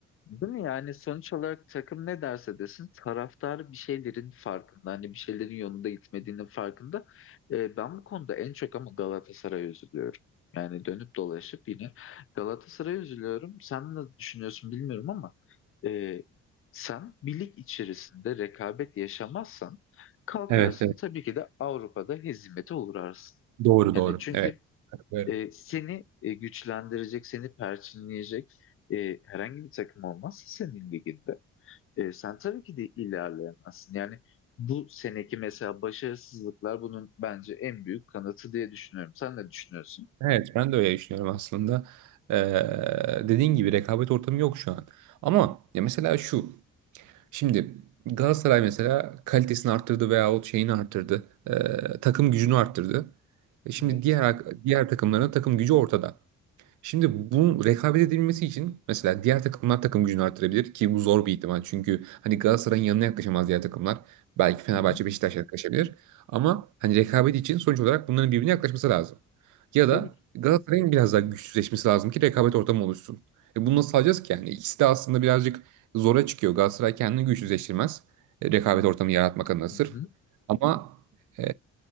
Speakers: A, on the left; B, on the right.
A: Değil mi? Yani sonuç olarak takım ne derse desin taraftar bir şeylerin farkında. Hani bir şeylerin yolunda gitmediğinin farkında. Ee, ben bu konuda en çok ama Galatasaray'a üzülüyorum. Yani dönüp dolaşıp yine Galatasaray'a üzülüyorum. Sen ne düşünüyorsun bilmiyorum ama e, sen bir lig içerisinde rekabet yaşamazsan kalkarsın
B: Evet,
A: tabii ki de Avrupa'da hezimete uğrarsın.
B: Doğru
A: Yani
B: doğru.
A: çünkü
B: Evet. Katılıyorum.
A: e, seni e, güçlendirecek, seni perçinleyecek e, herhangi bir takım olmazsa senin liginde e, sen tabii ki de ilerleyemezsin. Yani bu seneki mesela başarısızlıklar bunun bence en büyük kanıtı diye düşünüyorum. Sen ne düşünüyorsun?
B: Evet ben de öyle düşünüyorum aslında. Ee, dediğin gibi rekabet ortamı yok şu an. Ama ya mesela şu. Şimdi Galatasaray mesela kalitesini arttırdı veyahut şeyini arttırdı. ee, takım gücünü arttırdı. E şimdi
A: Evet.
B: diğer diğer takımların takım gücü ortada. Şimdi bu rekabet edilmesi için mesela diğer takımlar takım gücünü artırabilir ki bu zor bir ihtimal. Çünkü hani Galatasaray'ın yanına yaklaşamaz diğer takımlar. Belki Fenerbahçe
A: Hı hı.
B: Beşiktaş yaklaşabilir. Ama hani rekabet için sonuç olarak bunların birbirine yaklaşması lazım. Ya da
A: Tabii ki.
B: Galatasaray'ın biraz daha güçsüzleşmesi lazım ki rekabet ortamı oluşsun. E bunu nasıl sağlayacağız ki yani? İkisi de aslında birazcık zora çıkıyor. Galatasaray kendini güçsüzleştirmez. e, Rekabet ortamı yaratmak adına sırf.
A: Hı hı.
B: Ama e,